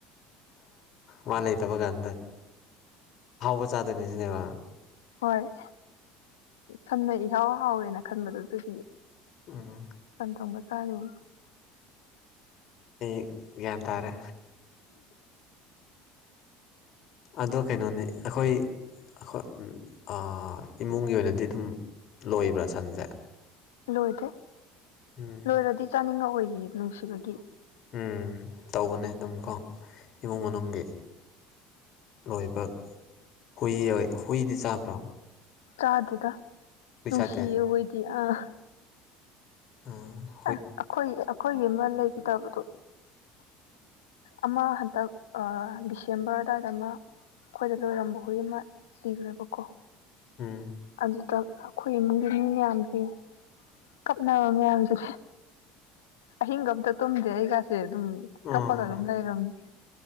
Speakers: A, on the left; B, on the left.
A: ꯃꯥ ꯂꯩꯇꯕ ꯀꯥꯟꯗ ꯍꯥꯎꯕ ꯆꯥꯗꯣꯏꯅꯤ ꯁꯤꯅꯦꯕ
B: ꯍꯣꯏ ꯁꯝꯅ ꯏꯍꯥꯎ ꯍꯥꯎꯋꯦꯅ ꯈꯟꯕꯗꯨ ꯑꯗꯨꯗꯤ
A: ꯎ
B: ꯁꯟ ꯊꯣꯡꯕ ꯆꯥꯔꯦꯅ
A: ꯑꯩ ꯒ꯭ꯌꯥꯟ ꯇꯥꯔꯦ ꯑꯗꯣ ꯀꯩꯅꯣꯅꯤ ꯑꯩꯈꯣꯏ ꯑꯩꯈꯣꯏ ꯏꯃꯨꯡꯒꯤ ꯑꯣꯏꯅꯗꯤ ꯑꯗꯨꯝ ꯂꯣꯏꯕ꯭ꯔꯥ ꯁꯟꯁꯦ
B: ꯂꯣꯏꯗꯦ
A: ꯎꯝ
B: ꯂꯣꯏꯔꯗꯤ ꯆꯥꯅꯤꯡꯉꯛ ꯑꯣꯏꯌꯦ ꯅꯨꯡꯁꯤꯕꯒꯤ
A: ꯎꯝ ꯇꯧꯕꯅꯦ ꯑꯗꯨꯝ ꯀꯣ ꯏꯃꯨꯡ ꯃꯅꯨꯡꯒꯤ ꯂꯣꯏꯕ ꯍꯨꯏ ꯍꯨꯏꯗꯤ ꯆꯥꯕ꯭ꯔꯣ
B: ꯆꯥꯗꯨꯗ
A: ꯍꯨꯏ
B: ꯅꯨꯡꯁꯤꯌꯦ
A: ꯆꯥꯗꯦ
B: ꯍꯣꯏꯗꯤ ꯑꯥ
A: ꯑꯥ
B: ꯑꯁ ꯑꯩꯈꯣꯏ ꯑꯩꯈꯣꯏꯒꯤ ꯑꯃ ꯂꯩꯈꯤꯗꯕꯗꯣ ꯑꯃ ꯍꯟꯇꯛ ꯗꯤꯁꯦꯝꯕꯔ ꯑꯗꯨꯋꯥꯏꯗ ꯑꯃ ꯑꯩꯈꯣꯏꯗ ꯂꯣꯏꯔꯝꯕ ꯍꯨꯏ ꯑꯃ ꯁꯤꯈ꯭ꯔꯦꯕꯀꯣ
A: ꯎꯝ
B: ꯑꯗꯨꯗ ꯑꯩꯈꯣꯏ ꯏꯃꯨꯡꯒꯤ ꯃꯤ ꯃꯌꯥꯝꯁꯦ ꯀꯞꯅꯕ ꯃꯌꯥꯝꯁ ꯑꯍꯤꯡꯒ ꯑꯝꯇ ꯇꯨꯝꯗꯦ ꯑꯩꯒꯥꯁꯦ ꯑꯗꯨꯝ
A: ꯑꯥ
B: ꯀꯞꯄꯒ ꯑꯗꯨꯝ ꯂꯩꯝꯔꯝꯅꯤ